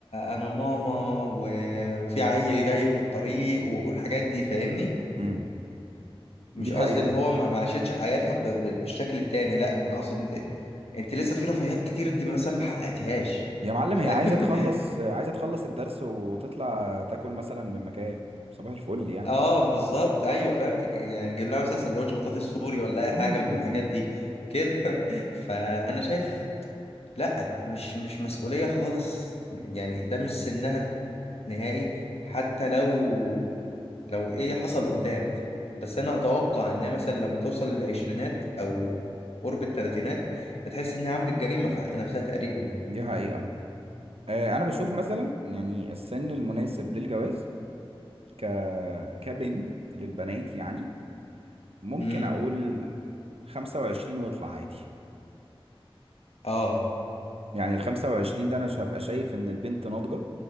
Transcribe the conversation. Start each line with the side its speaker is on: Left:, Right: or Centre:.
Left: انا ماما و- وفي عيل جاي في الطريق والحاجات دي فاهمني
Right: امم
Left: مش
Right: دي
Left: قصدي
Right: حقيقه
Left: اللي هو ما ما عاشتش حياتها ب- ب- بالشكل التاني لا انا اقصد انت انت لسه في رفاهيات كتير انت مثلا ما حققتيهاش
Right: يا معلم
Left: فاهم
Right: هي عايزه
Left: <laughs>
Right: تخلص عايزه تخلص الدرس وتطلع تاكل مثلا من مكان فاهم صباح الفل يعني
Left: اه بالظبط ايوه فهمت يعني جيب لها مثلا سندوتش بطاطس سوري ولا اي حاجه
Right: امم
Left: من الحاجات دي كده <laughs> فانا شايف لا مش مش مسؤولية خالص يعني ده مش سنها نهائي حتى لو لو ايه حصل قدام بس انا اتوقع ان هي مثلا لما توصل للعشرينات او قرب التلاتينات هتحس انها عملت جريمة في حق نفسها تقريبا يعني
Right: دي حقيقه آه، انا بشوف مثلا يعني السن المناسب للجواز ك كبنت للبنات يعني ممكن
Left: امم
Right: اقول 25 واطلع عادي
Left: اه
Right: يعني ال 25 ده انا ش- هبقى شايف ان البنت ناضجة